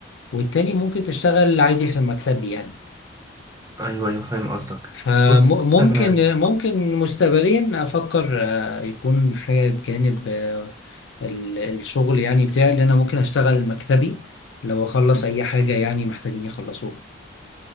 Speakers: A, on the left; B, on the right.
A: والتاني ممكن تشتغل عادي في مكتبي يعني
B: ايوه ايوه فاهم قصدك
A: فممكن
B: بص انا
A: ممكن مستقبليا أفكر آه، يكون حاجة بجانب آه، ال- الشغل يعني بتاعي اللي انا ممكن اشتغل مكتبي لو اخلص اي حاجة يعني محتاجين يخلصوها